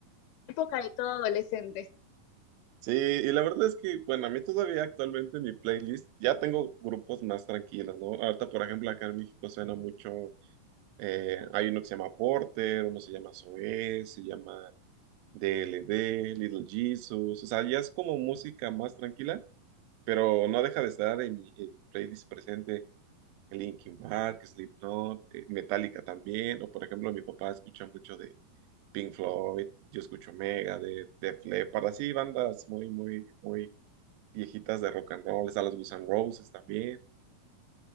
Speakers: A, on the left; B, on the right.
A: época de todo adolescente.
B: Sí, y la verdad es que, bueno, a mí todavía actualmente en mi playlist ya tengo grupos más tranquilos, ¿no? Ahorita, por ejemplo, acá en México suena mucho, eh, hay uno que se llama Porter, uno se llama Zoé, se llama DLD, Little Jesus, o sea, ya es como música más tranquila, pero no deja de estar en mi, en mi playlist presente Linkin Park, Slipknot, eh, Metallica también, o por ejemplo, mi papá escucha mucho de Pink Floyd, yo escucho Megadeth, Def Leppard, así bandas muy, muy, muy viejitas de rock and roll, está las Guns N' Roses también.